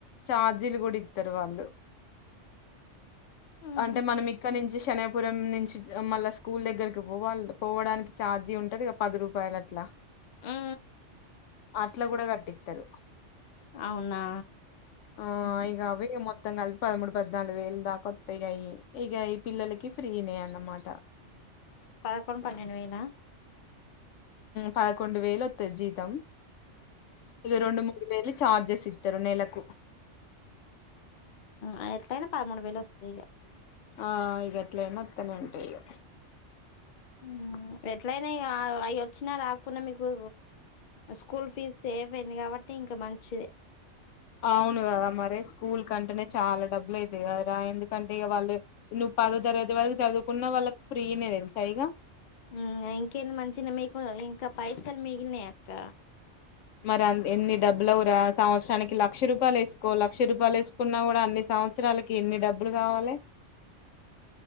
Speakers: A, on the left; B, on the left.
A: చార్జీలు కూడా ఇత్తరు వాళ్ళు
B: ఉహు
A: అంటే మనం ఇక్కడి నుంచి శనగపురం నుంచి మళ్ళా స్కూల్ దగ్గరికి పోవాల పోవడానికి ఛార్జీ ఉంటది ఇగా పది రూపాయలు అట్లా
B: ఉ
A: అట్ల కూడా కట్టిత్తరు
B: అవునా
A: ఆ
B: ఉహు
A: ఇగా అవ్వి మో మొత్తం కలిపి పదమూడు పద్నాలుగు వేలు దాక అత్తయి నాయి ఇక ఈ పిల్లలకి ఫ్రీనే అన్నమాట
B: పదకొండు పన్నెండు వేల
A: పదకొండు వేలు వత్తది జీతం ఇగా రెండు మూ వేల చార్జెస్ ఇత్తరు నెలకు
B: ఆ ఎట్లయినా పదమూడు వేలు వస్తాయి ఇగా
A: ఆ ఇగా ఎట్లయినా అత్తనే ఉంటాయి ఇగా
B: ఉ ఎట్లయినా అవి వచ్చినా రాకుండా మీకు స్కూల్ ఫీజ్ సేఫ్ అయింది కాబట్టి ఇంకా మంచిది
A: అవును కదా మరి స్కూల్ కంటేనే చాలా డబ్బులు అయితాయి కదరా ఎందుకంటే ఇక వాళ్ళు నువ్వు పదో తరగతి వరకు చదువుకున్న వాళ్ళకి ఫ్రీనే తెలుసు ఇగా
B: ఉమ్ ఇంకేంది మంచినే మీకు ఇంకా పైసలు మిగిలినయి అక్క
A: మరి అ ఎన్ని డబ్బులు అవ్వు రా సంవత్సరానికి లక్ష రూపాయలు వేసుకోి లక్ష రూపాయలు వేసుకున్నా కూడా అన్ని సంవత్సరాలకి ఎన్ని డబ్బులు కావాలే